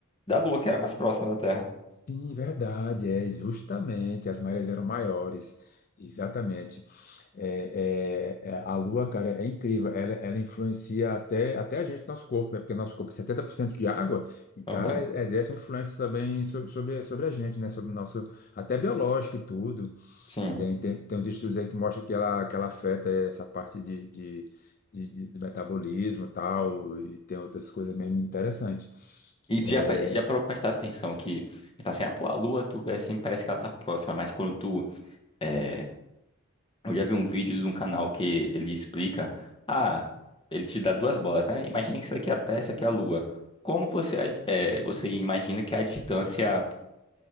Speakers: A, on the left (about 25°); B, on the left (about 40°).
A: da Lua, que era mais próxima da Terra.
B: Sim, verdade, é justamente, as marés eram maiores, exatamente. É, é, é, a Lua, cara, é incrível, ela, ela influencia até, até a gente, nosso corpo, né? Porque nosso corpo é 70% de água, então
A: Aham,
B: ela exerce uma influência também sobre, sobre, sobre a gente, né? Sobre o nosso, até biológico e tudo.
A: sim.
B: Tem, tem, tem uns estudos aí que mostram que ela, que ela afeta essa parte de, de, de, de- do metabolismo e tal, e tem outras coisas mesmo interessantes.
A: E tu
B: É,
A: já, pe- já parou pra prestar atenção que, tipo assim, ah, pô, a Lua, tu vê assim, parece que ela tá próxima, mas quando tu, é, eu já vi um vídeo de um canal que ele explica, ah, ele te dá duas bolas, né? Imagina que isso aqui é a Terra, isso aqui é a Lua. Como você, ad- é, você imagina que é a distância